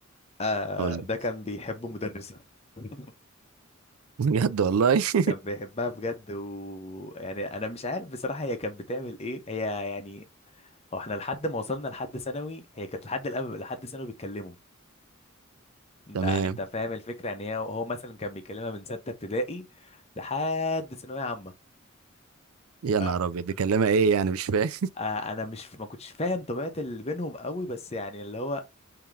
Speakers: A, on the left; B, on the right.
A: آه
B: قول
A: ده كان بيحب مدرسه <laughs>
B: <laughs> بجد والله <laughs>
A: كان بيحبها بجد ويعني انا مش عارف بصراحه هي كانت بتعمل ايه هي يعني هو احنا لحد ما وصلنا لحد ثانوي هي كانت لحد الأب... لحد ثانوي بيتكلموا انت
B: تمام
A: انت فاهم الفكره يعني هي هو مثلا كان بيكلمها من سته ابتدائي لحد ثانويه عامه
B: يا
A: ف-
B: نهار ابيض دي كلمه ايه يعني مش فاهم
A: آه، انا مش ما كنتش فاهم طبيعه اللي بينهم قوي بس يعني اللي هو